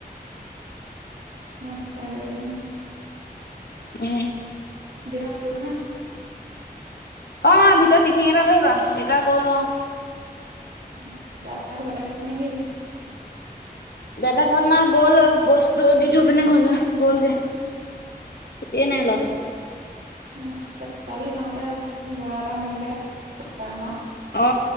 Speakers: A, on the right; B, on the left.
A: মাছ ফ্ৰাই কৰি আছে নি?
B: উম
A: বেটাক লৈ আহিম হা
B: অঁ ভিতৰত টিফিন এটা লৈ আহিবা দেউতা গ'ল অঁ
A: অ দাদা ঘৰতে আছে নেকি?
B: দাদা ঘৰত নাই গ'ল বস্তু দি থৈ পিনে ঘলে গ'লগে ছুটিয়ে নাই ল'ৰাটো
A: অঁ তালৈ যাওঁতে আজি ল'ৰা এটা মৰিলে ঘোঁৰামৰাত
B: অ